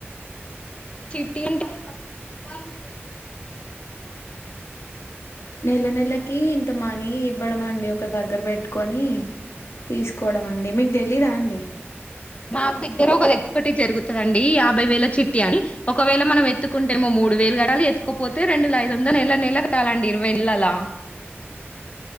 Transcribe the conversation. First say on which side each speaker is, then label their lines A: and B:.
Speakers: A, on the left; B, on the left.
A: చిట్టీ ఉంటే వాస్ గో
B: నెల నెలకి ఇంత మనీ ఇవ్వడం అండి ఒకరి దగ్గర పెట్టుకొని తీసుకోవడం అండి మీకు తెలీదా అండి.
A: మాకు దగ్గర ఒక దగ్గ ఒకటి జరుగుతుందండి. యాభై వేల చిట్టి అని ఒకవేళ మనం ఎత్తుకుంటే ము మూడు వేలు కటాలి ఎత్తుకోపోతే రెండువేల ఐదు వందలు నెల నెల కటాలండి ఇరవై నెలల్ల